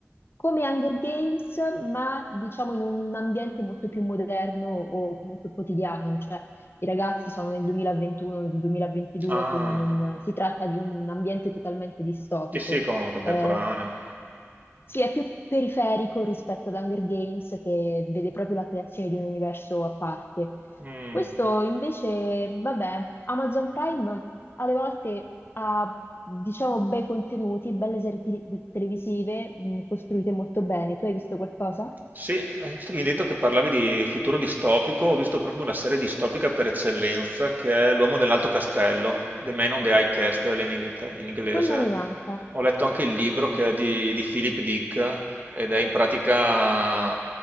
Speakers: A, on the left (about 50°); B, on the right (about 40°).
A: come Hunger Games, ma diciamo in un ambiente molto più moderno o comunque quotidiano, cioè i ragazzi sono nel 2021, nel 2022,
B: Ah,
A: quindi non si tratta di un ambiente totalmente distopico.
B: sì, sì, con- contemporaneo.
A: Eh, sì, è più periferico rispetto ad Hunger Games che vede proprio la creazione di un universo a parte.
B: Mm.
A: Questo invece, vabbè, Amazon Prime alle volte ha, diciamo, bei contenuti, belle serie te- televisive, mh, costruite molto bene. Tu hai visto qualcosa?
B: Sì, eh, visto che mi hai detto che parlavi di futuro distopico, ho visto proprio una serie distopica per eccellenza che è L'uomo nell'alto castello, The Man on the High Castle in, inghi- in inglese.
A: Quella mi manca.
B: Ho letto anche il libro che è di, di Philip Dick ed è in pratica,